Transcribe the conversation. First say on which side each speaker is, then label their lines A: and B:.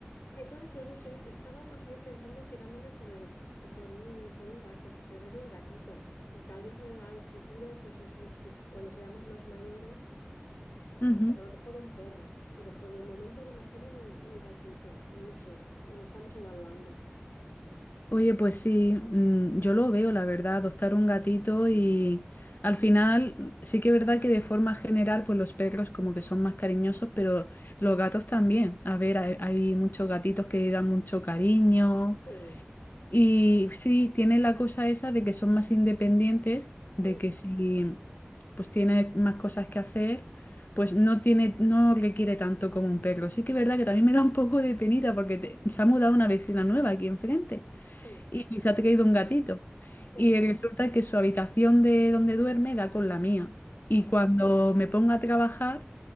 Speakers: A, on the left; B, on the left.
A: Entonces, pues no sé, estaba más bien pensando tirándome por el, por un, por un gato, por tener un gatito. Y tal vez en algún futuro, pues no sé, si cuando seamos más mayores, eh,
B: Ujú.
A: pues a lo mejor un perro, pero por el momento a lo mejor un, un gatito, no sé, lo estamos evaluando.
B: Oye, pues sí, mm, yo lo veo, la verdad, adoptar un gatito y al final mm, sí que es verdad que de forma general, pues los perros como que son más cariñosos, pero los gatos también. A ver, hay, hay muchos gatitos que dan mucho cariño
A: Eh,
B: y sí, tiene la cosa esa de que son más independientes, de
A: mm,
B: que si pues tiene más cosas que hacer, pues no tiene, no requiere tanto como un perro. Sí que es verdad que también me da un poco de penita porque te- se ha mudado una vecina nueva aquí enfrente
A: sí,
B: y se ha traído un gatito.
A: sí.
B: Y resulta que su habitación de donde duerme da con la mía. Y cuando me pongo a trabajar,